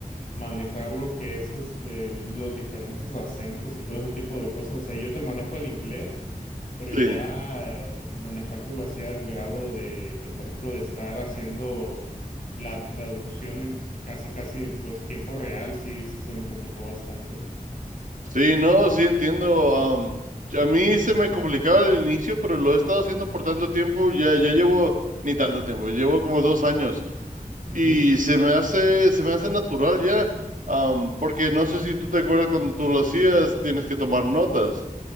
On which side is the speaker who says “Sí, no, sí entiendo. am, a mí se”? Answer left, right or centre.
Right